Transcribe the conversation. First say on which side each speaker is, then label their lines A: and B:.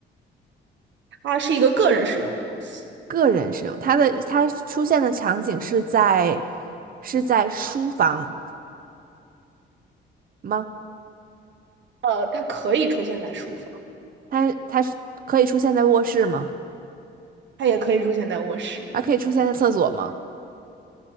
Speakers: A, on the right (about 65°); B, on the right (about 45°).
A: 它是一个个人使用的东西，
B: 个人使用。它的它出现的场景是在是在书房吗？
A: 呃，它可以出现在书房，
B: 它它是可以出现在卧室吗？
A: 它也可以出现在卧室，
B: 它可以出现在厕所吗？